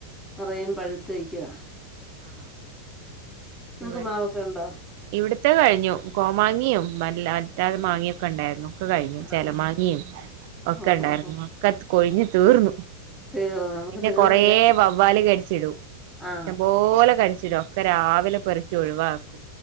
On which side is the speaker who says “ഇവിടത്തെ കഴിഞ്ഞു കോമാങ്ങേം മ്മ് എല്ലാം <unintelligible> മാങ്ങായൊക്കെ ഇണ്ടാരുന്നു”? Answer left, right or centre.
Right